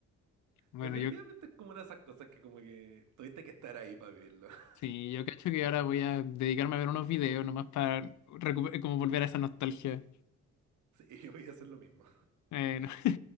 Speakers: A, on the left; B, on the right.
A: Bueno,
B: Definitivamente
A: yo
B: es como una de esas cosas que como que tuviste que estar ahí para vivirlo. <laughs>
A: sí, yo cacho que ahora voy a dedicarme a ver unos videos nomás para recu- como volver a esa nostalgia.
B: Sí, yo voy a hacer lo mismo.
A: Eh,